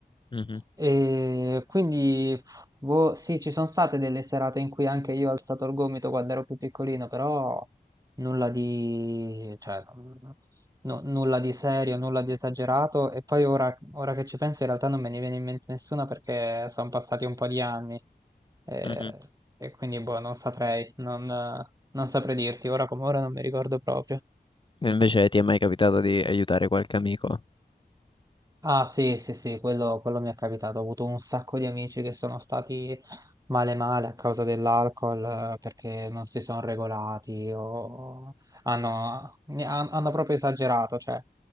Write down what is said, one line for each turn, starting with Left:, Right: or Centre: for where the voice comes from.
Left: mhm,
Right: E quindi, boh, sì, ci sono state delle serate in cui anche io ho alzato il gomito quando ero più piccolino, però nulla di, cioè, no- nulla di serio, nulla di esagerato. E poi ora, ora che ci penso, in realtà non me ne viene in mente nessuna perché sono passati un po' di anni. eh,
Left: mhm.
Right: E, quindi, boh, non saprei, non, non saprei dirti, ora come ora non mi ricordo proprio.
Left: E Invece ti è mai capitato di aiutare qualche amico?
Right: Ah sì, sì, sì, quello, quello mi è capitato. Ho avuto un sacco di amici che sono stati male male a causa dell'alcol eh, perché non si sono regolati o hanno, ne- han- hanno proprio esagerato, cioè,